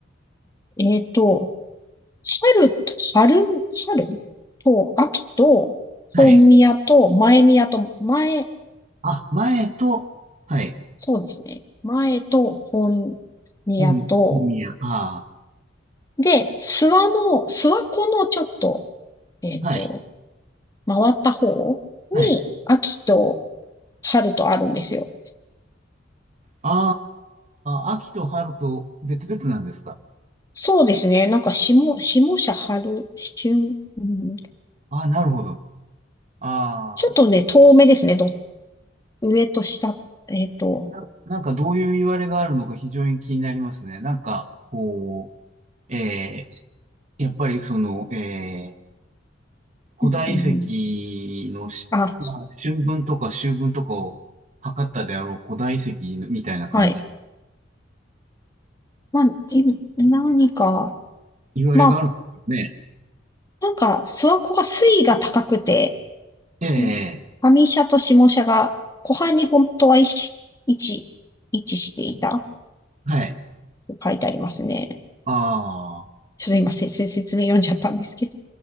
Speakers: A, on the left; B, on the right.
A: えっと、春と、春、春と、秋と、
B: はい。
A: 本宮と、前宮と、前、
B: あ、前と、はい。
A: そうですね。前と、本宮と、
B: 本、本宮。あ
A: で、諏訪の、諏訪湖のちょっと、えっと、
B: あ、はい。
A: 回った方に、
B: はい。
A: 秋と、春とあるんですよ。
B: ああ、秋と春と別々なんですか。
A: そうですね。なんか下、下社春、春、うん、
B: ああ、なるほど。ああ、
A: ちょっとね、遠目ですね。ど、上と下、えっと、
B: な、なんかどういういわれがあるのか非常に気になりますね。なんか、こう、えー、やっぱりその、えー古代遺跡のし、
A: うんうんあ、
B: まあ、春分とか秋分とかを測ったであろう古代遺跡みたいな感じ、
A: はい。まあ、い何か、
B: 言われがあるんですよね。
A: まあ、なんか、諏訪湖が水位が高くて、
B: ええ、
A: うん上社と下社が湖畔に本当は位置、位置位置していた
B: はい。
A: と書いてありますね。
B: ああ、
A: ちょっと今、せせ説明読んじゃったんですけど。